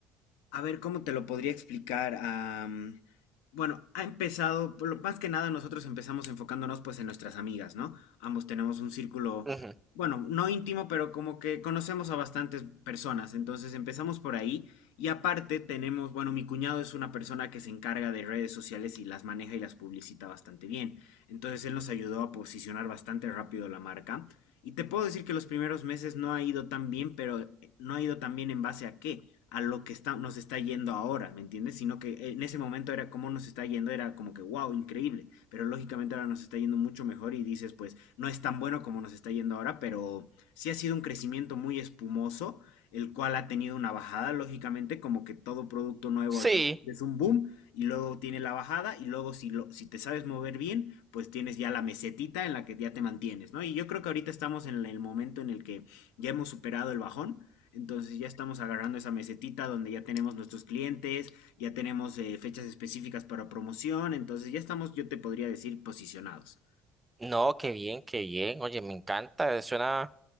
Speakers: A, on the left; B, on the right.
A: A ver, ¿cómo te lo podría explicar? Am, bueno, ha empezado, por lo- más que nada nosotros empezamos enfocándonos pues en nuestras amigas, ¿no? Ambos tenemos un círculo,
B: ujú.
A: bueno, no íntimo, pero como que conocemos a bastantes personas, entonces empezamos por ahí y aparte tenemos, bueno, mi cuñado es una persona que se encarga de redes sociales y las maneja y las publicita bastante bien, entonces él nos ayudó a posicionar bastante rápido la marca. Y te puedo decir que los primeros meses no ha ido tan bien, pero qué, no ha ido tan bien en base a qué, a lo que está, nos está yendo ahora, ¿me entiendes? Sino que eh, en ese momento era como nos está yendo, era como que, wow, increíble, pero lógicamente ahora nos está yendo mucho mejor y dices, pues, no es tan bueno como nos está yendo ahora, pero sí ha sido un crecimiento muy espumoso, el cual ha tenido una bajada, lógicamente, como que todo producto nuevo
B: Sí,
A: al principio es un boom y luego tiene la bajada y luego si, lo, si te sabes mover bien, pues tienes ya la mesetita en la que ya te mantienes, ¿no? Y yo creo que ahorita estamos en el momento en el que ya hemos superado el bajón entonces ya estamos agarrando esa mesetita donde ya tenemos nuestros clientes, ya tenemos eh, fechas específicas para promoción, entonces ya estamos, yo te podría decir, posicionados.
B: no, qué bien, qué bien, oye, me encanta, eh, suena,